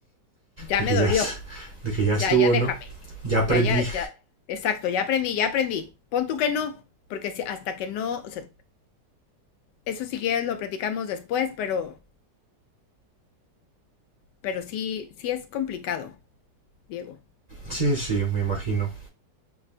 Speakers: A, on the left; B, on the right.
A: ya
B: De
A: me
B: que
A: dolió.
B: ya, es- de que ya
A: Ya,
B: estuvo,
A: ya déjame.
B: ¿no? Ya aprendí.
A: Ya, ya, ya. Exacto, ya aprendí, ya aprendí. Pon tú que no, porque si- hasta que no, o sea, eso si quieres lo platicamos después, pero, pero sí, sí es complicado, Diego.
B: Sí, sí, me imagino.